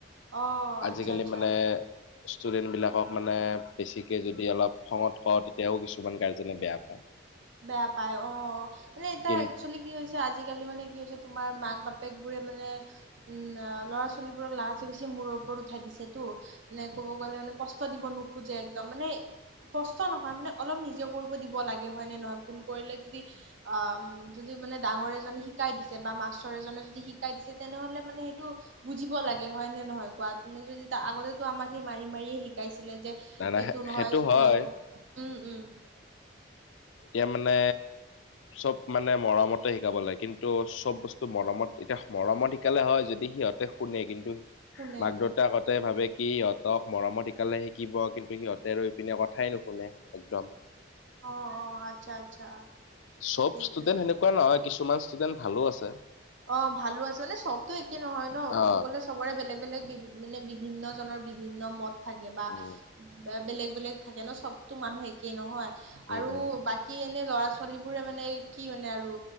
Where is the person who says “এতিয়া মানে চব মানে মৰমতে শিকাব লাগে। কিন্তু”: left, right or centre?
Left